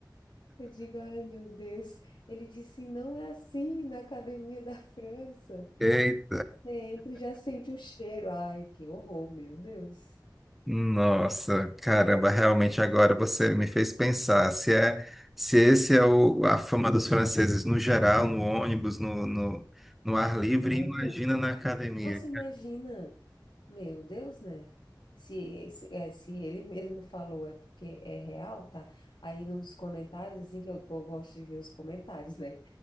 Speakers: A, on the left; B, in the centre.
A: Eu digo, ai meu Deus. Ele disse, não é assim na academia da França.
B: é,
A: Você entra e já sente o cheiro. Ai, que horror, meu Deus.
B: Nossa, caramba, realmente agora você me fez pensar se é se esse é o, a fama dos franceses no geral, no ônibus, no, no, no ar livre,
A: Aham.
B: imagina na academia.
A: Nossa, imagina. Meu Deus, né? Se, se, é, se ele mesmo falou, é porque é real, tá? Aí nos comentários, assim, que eu, eu gosto de ver os comentários, né?